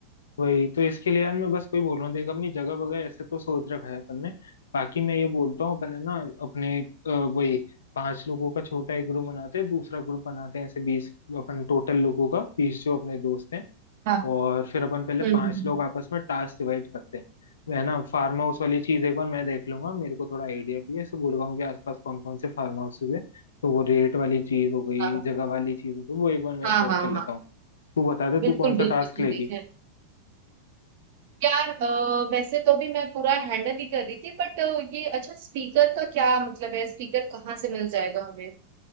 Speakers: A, on the left; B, on the right.
A: वही तो इसके लिए यार मैं बस कोई बोल रहा हूँ देख अपनी जगह वगैरह ऐसे तो सोच रखा है अपन ने बाकी मैं ये बोलता हूँ अपन है ना अपने अ, वही पांच लोगों का छोटा एक ग्रुप बनाते हैं दूसरा ग्रुप बनाते हैं ऐसे बीस अपन टोटल लोगों का बीस जो अपने दोस्त हैं
B: हाँ
A: और फिर अपन पहले
B: हम्म
A: पांच
B: हम्म, हम्म,
A: लोग आपस में टास्क डिवाइड करते हैं है ना फार्म हाउस वाली चीज एक बार मैं देख लूंगा मेरे को थोड़ा आइडिया भी है ऐसे गुड़गांव के आसपास कौन कौन से फार्म हाउसेज है तो वो रेट वाली चीज हो गई
B: हाँ
A: जगह वाली चीज हो गई वो एक बार मैं
B: हाँ
A: सॉर्ट
B: हाँ
A: कर
B: हाँ
A: लेता
B: हाँ,
A: हूँ तू बता दे
B: बिल्कुल
A: तू कौन सा
B: बिल्कुल
A: टास्क लेगी
B: ठीक है यार अ, वैसे तो भी मैं पूरा हैंडल ही कर रही थी बट ये अच्छा स्पीकर का क्या मतलब है स्पीकर कहाँ से मिल जाएगा हमें